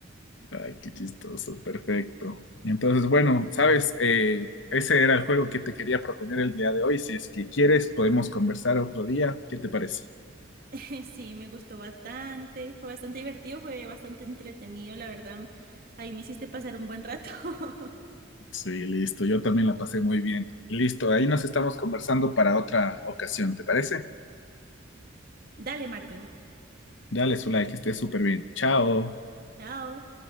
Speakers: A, on the left; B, on the right.
A: Ay, qué chistoso, perfecto. Entonces, bueno, sabes, Eh, ese era el juego que te quería proponer el día de hoy. Si es que quieres, podemos conversar otro día. ¿Qué te parece?
B: <laughs> Sí, me gustó bastante. Fue bastante divertido, fue bastante entretenido, la verdad. Ahí me hiciste pasar un buen rato. <laughs>
A: Sí, listo. Yo también la pasé muy bien. Listo, ahí nos estamos conversando para otra ocasión, ¿te parece?
B: Dale, Martín.
A: Dale su like, Esté súper bien. Chao.
B: Chao.